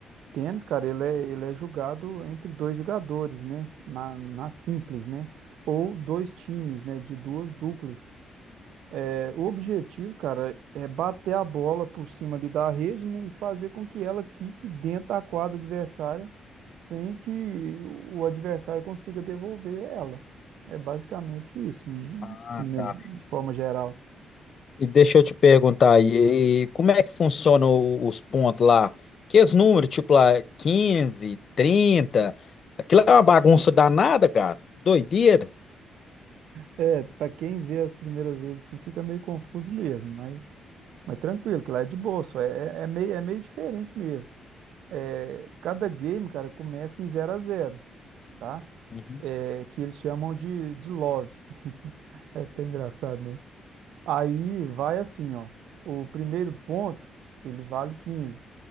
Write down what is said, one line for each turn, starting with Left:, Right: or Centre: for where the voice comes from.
Right: Tênis, cara, ele é, ele é jogado entre dois jogadores, né? Na, na simples, né? Ou dois times, né? De duas duplas. É, O objetivo, cara, é bater a bola por cima ali da rede, né, e fazer com que ela quique dentro da quadra adversária sem que o adversário consiga devolver ela. É basicamente isso, né,
Left: Ah,
Right: assim, né,
Left: tá.
Right: de forma geral.
Left: E deixa eu te perguntar aí, e como é que funcionam o- os pontos lá? Que os números, tipo lá, 15 trinta aquilo é uma bagunça danada, cara. Doideira.
Right: É, para quem vê as primeiras vezes, assim, fica meio confuso mesmo, mas, mas tranquilo, que lá é de boa, só é, é é meio, é meio diferente mesmo. É, cada game, cara, começa em zero a zero. tá?
Left: Uhum.
Right: É, que eles chamam de, de love. <laughs> É até engraçado, né? Aí vai assim, ó. O primeiro ponto, ele vale quinze